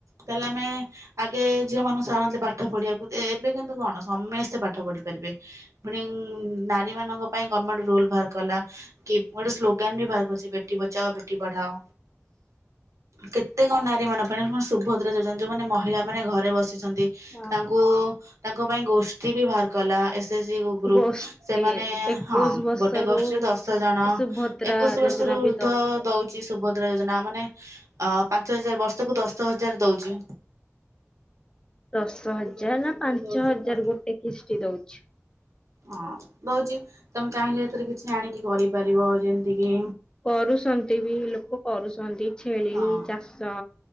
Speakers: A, on the right; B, on the left.
A: ତାହେଲେ ଆମେ ଆଗେ ଝିଅ ମାନଙ୍କୁ ସାରନ୍ତି ପାଠ ପଢିବାକୁ ଏବେ କିନ୍ତୁ କଣ ସମେସ୍ତେ ପାଠ ପଢି଼ ପାରିବେ। ପୁଣି ନାରୀ ମାନଙ୍କ ପାଇଁ ଗଭର୍ଣମେଣ୍ଟ ରୁଲ୍ ବାହାର କଲା। କିପ୍ ଗୋଟେ ସ୍ଲୋଗାନ୍ ବି ବାହାର ଅଛି ବେଟି ବଚାଅ ବେଟି ପଢାଅ। କେତେ କଣ ନାରୀ ମାନଙ୍କ ପାଇଁ କଣ ସୁଭଦ୍ରା ଯୋଜନା ଯୋଉମାନେ ମହିଳା ମାନେ ଘରେ ବସିଛନ୍ତି
B: ହଁ
A: ତାଙ୍କୁ ତାଙ୍କ ପାଇଁ ଗୋଷ୍ଠୀ ବି ବାହାର କଲା ଏ ଯେ ଗ୍ରୁପ୍
B: ଗୋଷ୍ଠୀ
A: ସେମାନେ
B: ଏକୋଇଶି
A: ହଁ
B: ବର୍ଷରୁ
A: ଗୋଟେ ଗୋଷ୍ଠୀ ରେ ଦଶ ଜଣ।
B: ସୁଭଦ୍ରା
A: ଏକୋଇଶି
B: ଯୋଜନା
A: ବର୍ଷରୁ ଉର୍ଦ୍ଧ୍ୱ
B: ବି
A: ଦଉଛି ସୁଭଦ୍ରା ଯୋଜନା ମାନେ। ଅ ପାଞ୍ଚ ହଜାର୍ ବର୍ଷକୁ ଦଶ ହଜାର୍ ଦଉଚି।
B: ଦଶ ହଜାର୍
A: ଦଶ
B: ନା
A: ହଜାର
B: ପାଞ୍ଚ
A: ଦଉଛି
B: ହଜାର
A: ତମେ
B: ଗୋଟେ କିସ୍ତି ଦଉଛି।
A: ହଁ ଦଉଛି ତମେ ଚାହିଁଲେ ଏଥିରେ କିଛି ଆଣିକି କରିପାରିବ ଯେମତି କିି
B: କରୁଛନ୍ତି ବି ଲୋକ କରୁଛନ୍ତି ଛେଳି
A: ହଁ
B: ଚାଷ।